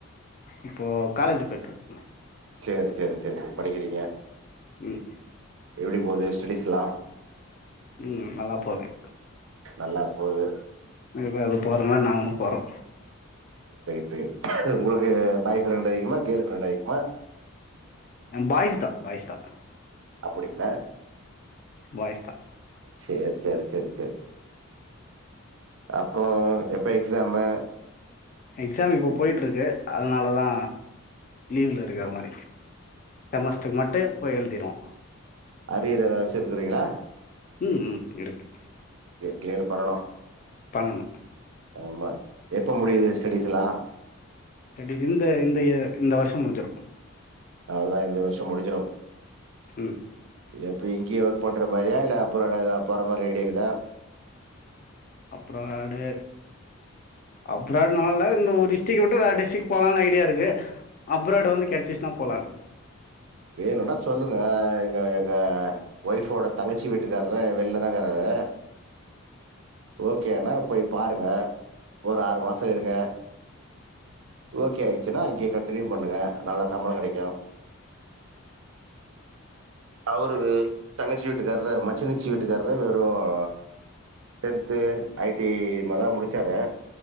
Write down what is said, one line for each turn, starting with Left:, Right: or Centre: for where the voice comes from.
Left: இப்போ காலேஜு போயிட்ருக்
Right: சேரி சேரி சேரி படிக்கிறீங்க
Left: ம்
Right: எப்டி போகுது ஸ்டெடிஸ்ல்லா?
Left: ம் நல்லா போகுது.
Right: நல்லா போகுது
Left: எதோ அது போற மாரி நாங்களு போறோ
Right: த்து உங்களுக்கு பாய் ஃப்ரெண்ட் அதிகமா கேள் ஃப்ரெண்ட் அதிகமா?
Left: பாய்ஸ் தா பாய்ஸ் தா
Right: அப்டிங்களா?
Left: பாய்ஸ் தா
Right: சேரி சேரி சேரி சேரி அப்றோ எப்ப எ க்ஸாமு?
Left: எக்ஸாமு இப்ப போய்ட்ருக்கு அதனாலதா லீவ்ல இருக்கற மாரி செமஸ்ட்ருக்கு மட்டு போய் எழுதிருவோ
Right: அரியரு ஏதாச்சு எழுதறீங்களா?
Left: ம் ம் இருக்கு
Right: கிளியர் பண்ணணு
Left: பண்ணணும்
Right: ஆமா எப்ப முடியுது ஸ்டடிஸ் எல்லாம்
Left: இந்த இந்த இந்த இயர் வருஷம் முடிஞ்சிடும்
Right: அவ்வளதான் இந்த வருஷம் முடிச்சிடும்
Left: உம்
Right: எப்படி இங்கேயே ஒர்க் பண்ற மாதிரியா இல்ல அப்ராடு போற மாதிரி ஐடியா இருக்குதா
Left: அப்ராடு அப்ராடுனால இந்த ஒரு டிஸ்டரிக் விட்டு டிஸ்டரிக் போலான்னு ஐடியா இருக்கு அப்ராடு வந்து கெடைச்சிச்சுன்னா போலானு
Right: வேணும்னா சொல்லுங்க எங்க எங்க ஒய்ப்போட தங்கச்சி வீட்டுக்காரர் வெளிலதா இருக்குறாரு ஓகேனா போய் பாருங்க ஒரு ஆறு மாசம் இருங்க ஓகே ஆயிடுச்சுன்னா அங்கயே கண்டினியூ பண்ணுங்க நல்ல சம்பளம் கெடைக்கும் அவரு தங்கச்சி மச்சினிச்சி வீட்டுகாரரு வெறும் டென்த் ஐடிஐ முடிச்சாரு